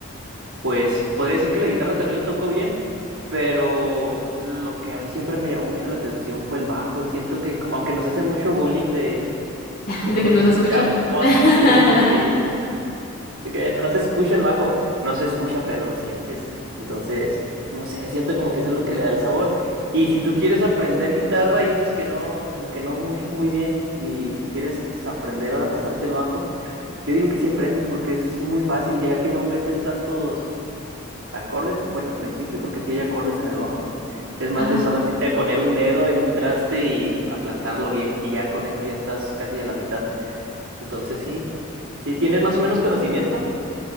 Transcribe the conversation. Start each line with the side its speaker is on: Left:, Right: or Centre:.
Right: pues podría decir que la guitarra también la tocó bien, pero lo que a mí siempre me llamó mucho la atención fue el bajo. Siento que, como, aunque nos hacen mucho bullying de,
Left: <laughs>
Right: de que
Left: de
Right: no nos
Left: que no
Right: escuchamos,
Left: se escuchan.
Right: <laughs>
Left: <laughs>
Right: sí, sí, Así que no, no se escucha el bajo, no se escucha, pero lo sientes. Entonces, no sé, siento como que eso es lo que le da el sabor. Y si tú quieres aprender guitarra y dices que no, como que no mucho, muy bien, y quieres aprender ahora a pasarte el bajo, yo digo que sí aprendes porque es muy fácil, ya que no metes tantos acordes, bueno, al principio, porque sí hay acordes en el bajo. Es más
Left: Ajá.
Right: de solamente poner un dedo en un traste y aplastarlo bien, y ya con eso ya estás casi a la mitad. Entonces, sí, si tienes más o menos conocimiento.